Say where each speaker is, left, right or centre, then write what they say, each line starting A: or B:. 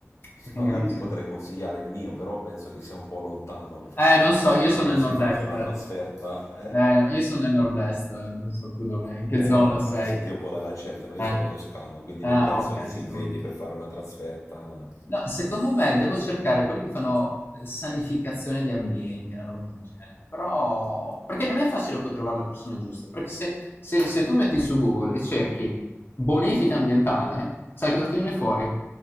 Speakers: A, on the left (about 45°); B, on the left (about 85°).
A: Perché
B: No,
A: in grado-
B: io ti
A: sì.
B: potrei consigliare il mio, però penso che sia un po' lontano perché,
A: Eh, non so,
B: <laughs>
A: io
B: e
A: sono
B: che non
A: nel
B: si
A: nord-est.
B: faccia una trasferta. Eh?
A: Eh, no, io sono nel nord-est, eh, non so tu dov'è, in che
B: Eh,
A: zona
B: no, infatti
A: sei?
B: sentivo un po' dall'accento, no? Io
A: Eh,
B: sono toscano, quindi
A: Ah,
B: non penso
A: ok,
B: che si
A: siamo
B: impegni
A: di-
B: per fare una trasferta.
A: No, secondo me devo
B: E-
A: cercare quelli che fanno eh, sanificazione di ambienti, una roba del genere. Però, perché non è facile poi trovare le persone giuste. Perché se, se- se tu metti su Google e cerchi bonifica ambientale, sai cosa ti viene fuori?